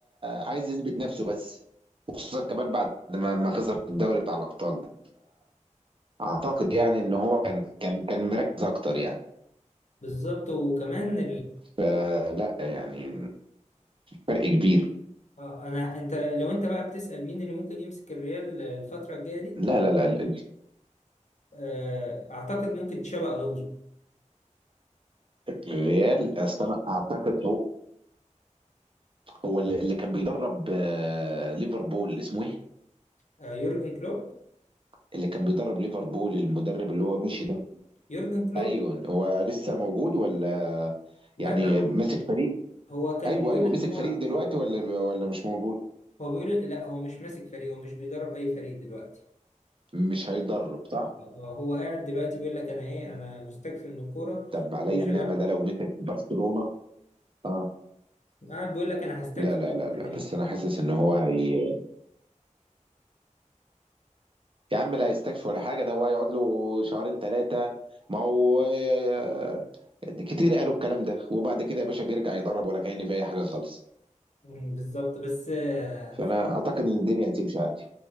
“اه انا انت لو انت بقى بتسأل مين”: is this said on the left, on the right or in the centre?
Left